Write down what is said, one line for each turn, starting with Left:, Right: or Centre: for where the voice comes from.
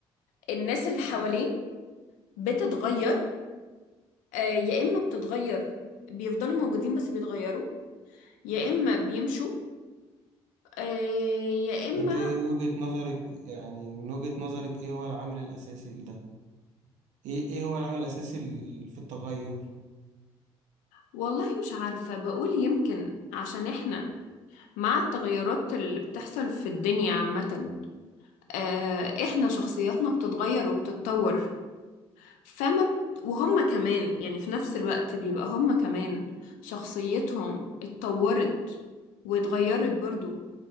Left: الناس اللي حواليه بتتغير آه، يا اما بتتغير بيفضلوا موجودين بس بيتغيروا يا اما بيمشوا آه، يا اما
Right: وانت ايه وجهة نظرك يعني من وجهة نظرك ايه هو العامل الاساسي لده ايه ايه هو العامل الاساسي ال- في التغير
Left: والله مش عارفة بقول يمكن عشان احنا مع التغيرات اللي بتحصل في الدنيا عامة آه، احنا شخصياتنا بتتغير وبتتطور فما بت... وهم كمان يعني في نفس الوقت بيبقى هم كمان شخصيتهم اتطورت واتغيرت برضو